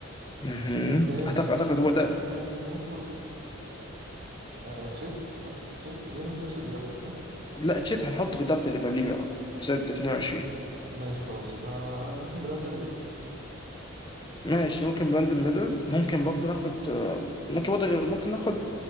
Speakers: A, on the left (about 20°); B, on the right (about 50°).
A: مهم.
B: تالت
A: اعتقد اعتقد
B: ممكن
A: هو ده
B: ناخد آه تشيت تشيت أظن في نفس الدرافت صح؟
A: لا تشيت هنحطه في الدرافت اللي قبليه بقى في سنه 22
B: ماشي خلاص يبقى ممكن براندن ميلر
A: ماشي ممكن براندن ميلر ممكن برضه ناخد آه، ممكن برضه غير- ممكن ناخد